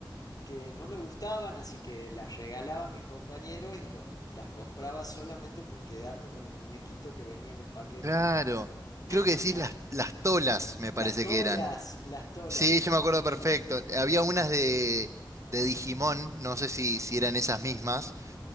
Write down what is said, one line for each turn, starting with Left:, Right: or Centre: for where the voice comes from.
Left: que no me gustaban, así que las regalaba a mis compañeros y los, las compraba solamente por quedarme con el muñequito que venía en el paquete.
Right: Claro.
Left: <laughs>
Right: Creo que decís las, las tolas, me parece
Left: Las tolas,
Right: que eran.
Left: las tolas,
Right: Sí,
Left: eran
Right: yo me acuerdo
Left: las tolas,
Right: perfecto.
Left: sí.
Right: Había unas de, de Digimon, no sé si, si eran esas mismas,